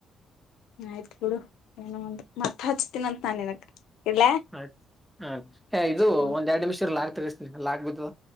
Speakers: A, on the left; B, in the centre.
A: ಆಯ್ತ್ ಬಿಡು ಏನೋ ಒಂದ ಮತ್ತ್ ಹಚ್ತೀನಂತ ನಾ ನಿನಗ್. ಇಡ್ಲಾ
B: ಆಯ್ತ್ ಹರೀ ಹೇ ಇದು
A: ಹ್ಮ
B: ಒಂದ್ ಎರಡ್ ನಿಮಿಷ ಇರ್ ಲಾಕ್ ತಗಸ್ತಿನಿ ಲಾಕ್ ಬಿದ್ದದ.